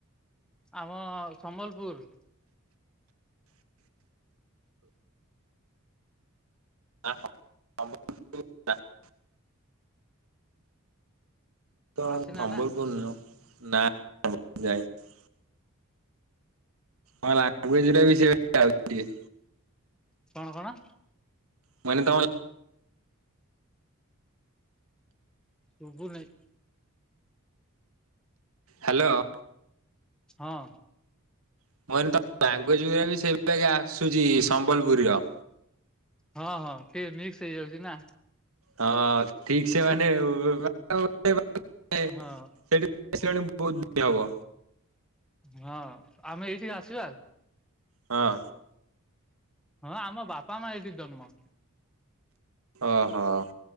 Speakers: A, in the centre; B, on the right.
A: ଆମ-ଅ-ଅ ସମ୍ବଲପୁର।
B: <unintelligible> ତ
A: ଆସିନା
B: ସମ୍ବଲପୂର
A: ନା
B: ନୁହଁ ନା <unintelligible> ଯାଇନି। ହଁ ଲାଙ୍ଗୁଏଜ ଟା ବି ସେଇଭଳି <unintelligible> ଟିକେ।
A: କଣ କଣ?
B: ମୁଁ କହିଲି ତମ
A: ଶୁଭୁ ନାଇଁ।
B: ହ୍ୟାଲୋ।
A: ହଁ।
B: ମୁଁ କହିଲି ତମ ଲାଙ୍ଗୁଏଜ ଗୁରା ବି <unintelligible> ଆସୁଛି ସମ୍ବଲପୁରୀ ର।
A: ହଁ ହଁ ଟିକେ ମିକ୍ସ ହେଇଯାଉଛି ନା।
B: ହଁ ଠିକ ସେମାନେ <unintelligible> ସେଠି
A: ହଁ।
B: ଆସିଲଣି ବହୁତ ଦିନି ହବ।
A: ହଁ ଆମେ ଏଇଠିକି ଆସିବା?
B: ହଁ।
A: ହଁ ଆମ ବାପା, ମା ଏଇଠି ଜନ୍ମ।
B: ଓହୋ ଆଉ